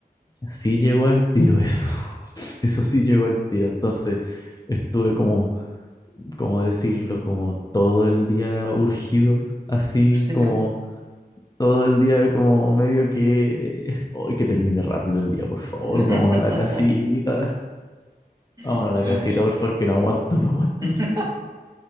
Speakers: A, on the left (about 25°); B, on the right (about 20°).
A: sí llegó al tiro eso. <laughs> Eso sí llegó al tiro. Entonces estuve como ¿cómo decirlo? Como todo el día urgido, así
B: <laughs>
A: como todo el día como medio que, <laughs> hoy que termine rápido el día, por favor,
B: Dios
A: vámonos a la casita, vámonos
B: mío.
A: a la casita, por favor, que no aguanto, no aguanto.
B: <laughs>